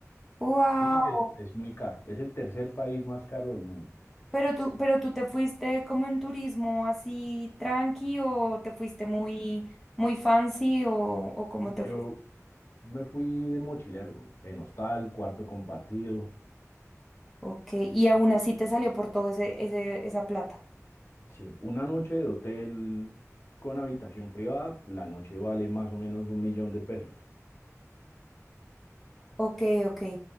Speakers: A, in the centre; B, on the left.
A: ¡Wow!
B: sí, porque es, es muy caro. Es el tercer país más caro del mundo.
A: Pero tú, pero tú te fuiste como en turismo así tranqui o te fuiste muy, muy fancy o, o cómo
B: Yo
A: te fuiste.
B: me fui de mochilero, en hostal, cuarto compartido.
A: Ok, y aún así te salió por todo ese, ese, esa plata.
B: Sí, una noche de hotel con habitación privada, la noche vale más o menos un millón de pesos.
A: Ok, ok.